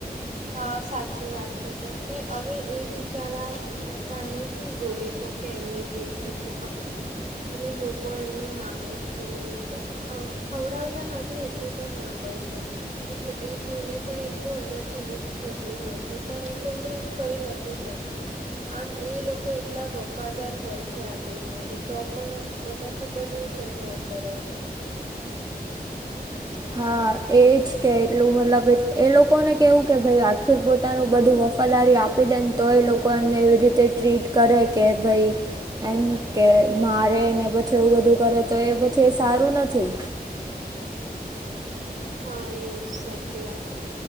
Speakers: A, on the right; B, on the right.
A: હા સાચી વાત છે કેમ કે હવે એબી બિચારા મૂંગા પ્રાણી શું બોલી શકે એમને જે થતું હોય <unintelligible> અને લોકો એમને મારે છે ને પછી આમ ખવડાવતા નથી એટલું તો મારે છે એટલે એ <unintelligible> પણ એટલું અંદર થી દુઃખ થતું હોય છે પણ એ કોઈને કહી નથી શકતું. આમ એ લોકો એટલા વફાદાર હોય છે આપણી માટે તો પણ બધા ખબર નહીં કેમ આવું કરે છે. <inaudible>
B: હા એ જ કે એટલું મતલબ એ લોકોને કેહેવું કે ભઈ આખી પોતાનું બધું વફાદારી આપે આપી દેન તોય લોકો એમને એવી રીતે ટ્રીટ કરે ને કે ભઈ એમ કે મારે ને પછી એવું બધું કરે તો એ પછી સારું નથી.
A: હા એ સાચી વાત છે